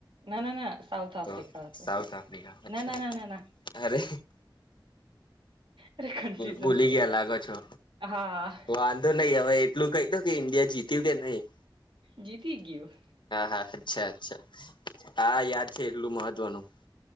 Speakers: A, on the right (about 85°); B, on the left (about 65°).
A: ના ના ના સાઉથ આફ્રિકા
B: તો
A: હતું
B: સાઉથ આફ્રિકા અચ્છા.
A: ના ના ના ના ના
B: અરે
A: અરે કન્ફ્યુઝન
B: ભૂલી ગયા લાગો છો
A: હા
B: વાંધો નહી હવે એટલુ કાઈ દો ઇન્ડિયા જીત્યું કે નહીં
A: જીતી ગયું.
B: હા અચ્છા અચ્છા આ યાદ છે એટલું મહત્વનું